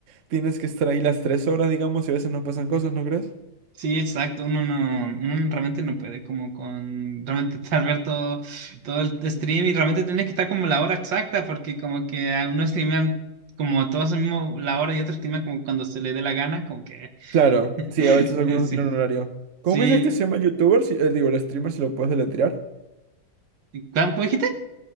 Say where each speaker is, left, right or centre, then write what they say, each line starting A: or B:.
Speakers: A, on the right (about 50°); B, on the right (about 70°).
A: tienes que estar ahí las tres horas, digamos, y a veces no pasan cosas, ¿no crees?
B: sí, exacto, uno no, uno realmente no puede como con, realmente estar ver todo, todo el stream y realmente tiene que estar como la hora exacta porque como que a uno streamean como todos al mismo la hora y otro streamean como cuando se le dé la gana, como que,
A: Claro,
B: <laughs>
A: sí, a veces algunos no
B: sí,
A: tienen horario. ¿Cómo
B: sí,
A: me dices que se llama youtuber? Si, eh, digo, el streamer si lo puedes deletrear.
B: ¿cómo cómo dijiste?